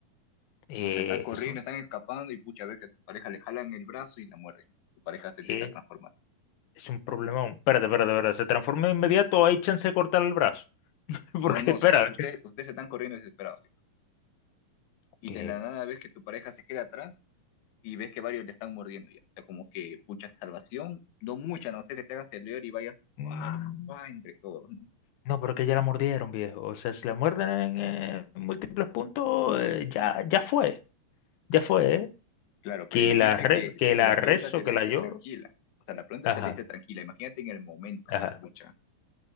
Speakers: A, on the left; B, on the left.
A: Eh,
B: O sea, están corriendo,
A: eso
B: están escapando y pucha, ves que a tu pareja le jalan el brazo y la muerden. Tu pareja se empieza
A: eh,
B: a transformar.
A: es un problema. Espérate, espérate, espérate. ¿Se transforma de inmediato? ¿Hay chance de cortar el brazo? <laughs> Porque,
B: No, no,
A: espera.
B: o sea, ustedes, ustedes están corriendo desesperados. ¿sí?
A: Ok.
B: Y de la nada ves que tu pareja se queda atrás y ves que varios le están mordiendo ya. O sea, como que pucha salvación, no mucha, no sé que te hagas el leer y vayas
A: Mm,
B: ¡ah! ¡ah! entre todos. ¿no?
A: No, pero que ya la mordieron, viejo. O sea, si la muerden en eh, múltiples puntos, eh, ya, ya fue. Ya fue, ¿eh?
B: Claro,
A: Que
B: pero imagínate
A: la re,
B: que,
A: que la
B: que la
A: rezo,
B: pregunta te
A: que
B: la
A: la
B: hice
A: lloro.
B: tranquila. O sea, la pregunta
A: Ajá,
B: te la hice tranquila. Imagínate en el momento,
A: ajá.
B: o sea, pucha